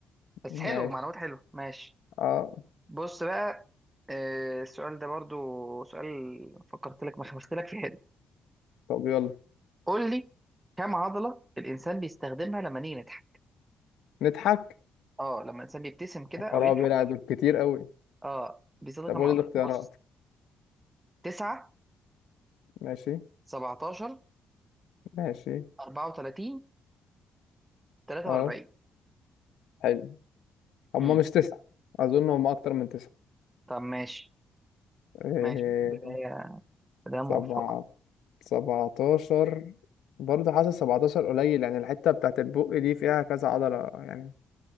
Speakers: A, on the right; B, on the left.
A: بس
B: ماشي
A: حلو معلومات حلوه ماشي
B: اه
A: بص بقى آه، السؤال ده برضو سؤال فكرت لك ما خمست لك في حلو
B: طب يلا
A: قول لي كم عضلة الإنسان بيستخدمها لما نيجي نضحك
B: نضحك
A: اه لما الإنسان بيبتسم كده
B: يا
A: أو
B: خرابي
A: يضحك
B: لا دول كتير قوي
A: اه بيستخدم
B: طب
A: كم
B: قول
A: عضلة
B: الاختيارات
A: بص 9
B: ماشي
A: 17
B: ماشي
A: 34 43
B: اه حلو. هم
A: امم
B: مش تسعة أظن هم أكتر من تسعة
A: طب ماشي
B: إيه،
A: ماشي بداية بداية
B: سبعة
A: موفقة
B: سبعتاشر برضه حاسس سبعتاشر قليل يعني الحتة بتاعت البق دي فيها كذا عضلة يعني